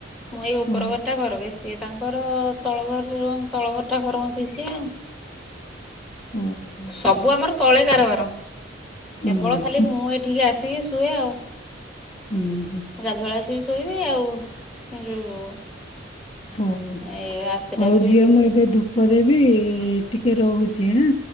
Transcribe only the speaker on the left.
ହଁ
ହଁ ହଁ
ହଁ,
ହୁଁ
ହୁଁ ହୁଁ
ହଉ
ଆଉ
ଝିଅ
ମୁଁ ଏବେ ଧୂପ ଦେଇି ଏ ବ ଟିକେ ରହୁଛି ଆଁ।